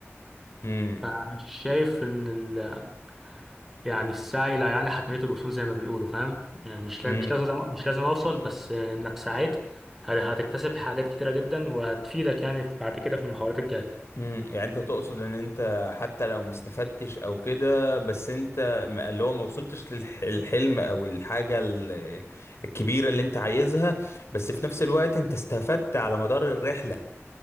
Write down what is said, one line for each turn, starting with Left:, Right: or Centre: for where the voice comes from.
Left: امم
Centre: انا شايف ان ال... يعني السعي لا يعني حتميه الوصول زي ما بيقولوا فاهم يعني مش
Left: امم
Centre: لا- مش لازم مش لازم اوصل بس انك سعيت هت- هتكتسب حاجات كتيره جدا وهتفيدك يعني بعد كده في المحاولات الجايه
Left: امم يعني انت تقصد ان انت حتى لو ما استفدتش او كده بس انت ما- اللي هو ما وصلتش للحلم او الحاجة ال- الكبيرة اللي انت عايزها بس في نفس الوقت انت استفدت على مدار الرحلة